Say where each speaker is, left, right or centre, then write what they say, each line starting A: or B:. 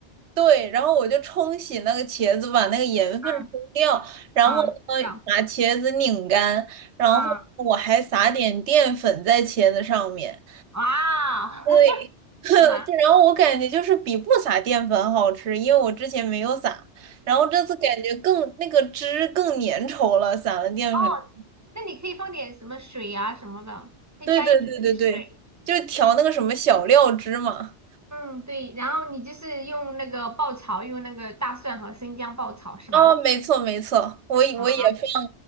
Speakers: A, on the right; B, on the right.
A: 对，然后我就冲洗那个茄子，把那个盐分冲掉，
B: 嗯
A: 然后呢，
B: 嗯，这样
A: 把茄子拧干，然后我还撒点淀粉在茄子上面。
B: 啊，哇，
A: 对，
B: <laughs>
A: <laughs>
B: 蛮
A: 对然后我感觉就是比不撒淀粉好吃，因为我之前没有撒，然后这次感觉更那个汁更粘稠了，撒了淀粉。
B: 哦。那你可以放点什么水啊什么的，可以加一点点水。
A: 对对对对对，就调那个什么小料汁嘛。
B: 嗯，对。然后你就是用那个爆炒，用那个大蒜和生姜爆炒是吧？
A: 哦，没错没错，我也我也放，
B: 啊，